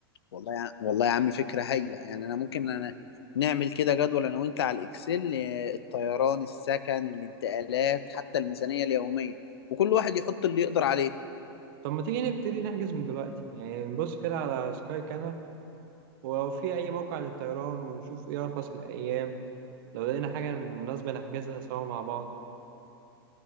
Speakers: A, on the left; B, on the right.
A: والله يا والله يا عم فكرة هايلة يعني انا ممكن انا نعمل كده جدول انا وانت على الاكسل اه، الطيران السكن الانتقالات حتى الميزانية اليومية وكل واحد يحط اللي يقدر عليه
B: طب ما تيجي نبتدي نحجز من دلوقتي يعني نبص كده على سكاي كانر ولو في اي موقع للطيران ونشوف ايه ارخص الايام لو لقينا حاجة مناسبة نحجزها سوا مع بعض